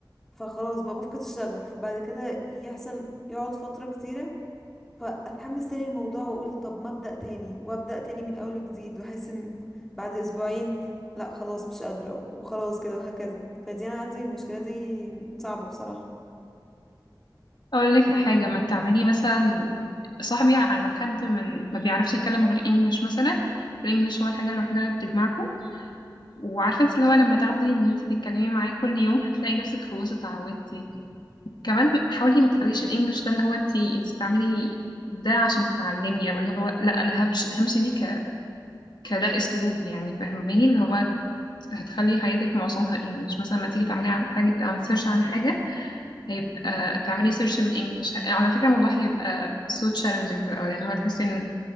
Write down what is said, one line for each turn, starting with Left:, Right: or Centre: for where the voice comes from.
Centre: فخلاص بقى بفقد الشغف بعد كده يحصل يقعد فترة كتيرة فاتحمس تاني الموضوع واقول طب ما ابدا تاني وابدا تاني من اول وجديد واحس ان بعد اسبوعين لا خلاص مش قادره وخلاص كده وهكذا فدي انا عندي المشكله دي صعبه بصراحه
Left: اقول لك حاجه ما تعملي مثلا صاحبي على حد من ما بيعرفش يتكلم غير انجلش مثلا الانجليش هو الحاجه الوحيده اللي بتجمعكم وعارفه انت اللي هو لما تاخدي ان انت تتكلمي معاه كل يوم هتلاقي نفسك خلاص اتعودتي كمان حاولي ما تخليش الانجليش ده اللي هو انت انت بتعملي ده عشان تتعلمي او اللي هو لا انا همشي همشي بيه ك... كده اسلوب يعني فاهماني اللي هو هتخلي حياتك معظمها انجليش مثلا ما تيجي تعملي عن حاجه عن سيرش عن حاجه هيبقى تعملي سيرش بالانجلش على فكره الموضوع هيبقى so challenging في الاول اللي هو تحسي ان